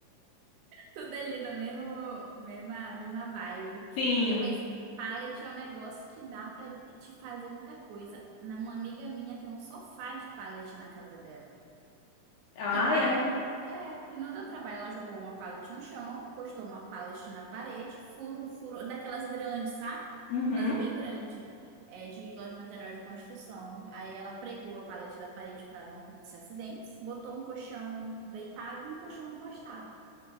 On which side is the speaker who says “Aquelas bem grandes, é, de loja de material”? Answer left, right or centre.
Right